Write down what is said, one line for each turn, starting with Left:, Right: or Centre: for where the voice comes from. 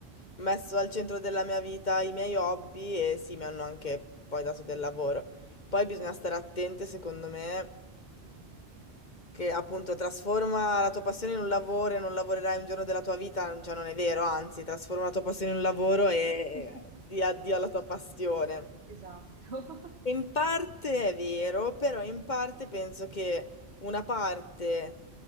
Left: messo al centro della mia vita i miei hobby e sì, mi hanno anche poi dato del lavoro. Poi bisogna stare attente, secondo me, che appunto trasforma la tua passione in un lavoro e non lavorerai un giorno della tua vita, cioè non è vero, anzi, trasforma la tua passione in un lavoro e
Right: <laughs>
Left: di addio alla tua passione.
Right: Esatto, <laughs>
Left: In parte è vero, però in parte penso che una parte